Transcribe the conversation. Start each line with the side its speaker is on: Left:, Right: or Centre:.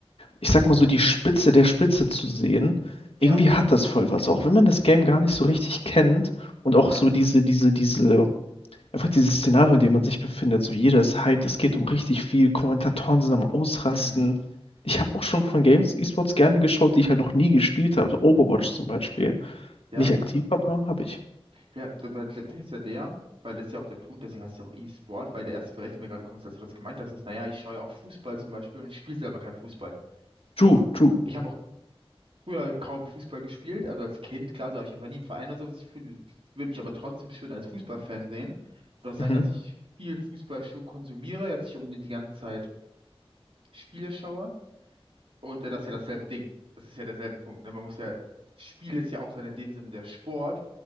Left: ich sag mal so die Spitze der Spitze zu sehen,
Right: Ja,
Left: irgendwie hat das voll was. Auch wenn man das Game gar nicht so richtig kennt und auch
Right: ja.
Left: so diese, diese, diese. Einfach dieses Szenario, in dem man sich befindet, so jeder ist hyped, es geht um richtig viel, Kommentatoren sind am Ausrasten.
Right: Mhm.
Left: Ich habe auch schon von Games E-Sports gerne geschaut, die ich halt noch nie gespielt habe. So Overwatch zum Beispiel.
Right: Ja.
Left: Nicht aktiv, aber habe ich.
Right: Ja, da- weil der Punkt ist ja der, weil das ist ja auch der Punkt, deswegen heißt es ja auch E-Sport, weil der erste vielleicht, mir gerade kommt, als du das gemeint hast, ist, naja, ich schaue ja auch Fußball zum Beispiel und spiele selber kein Fußball. So.
Left: True, true.
Right: Ich habe auch früher kaum Fußball gespielt, also als Kind, klar, so, habe ich einfach nie im Verein oder sowas. Ich würde mich aber trotzdem schön als Fußballfan sehen oder auch sagen,
Left: Mhm.
Right: dass ich viel Fußball schon konsumiere, jetzt nicht unbedingt die ganze Zeit Spiele schaue. Und äh, das ist ja dasselbe Ding. Das ist ja derselbe Punkt. Ne? Man muss ja, Spiel ist ja auch dann in dem Sinne der Sport.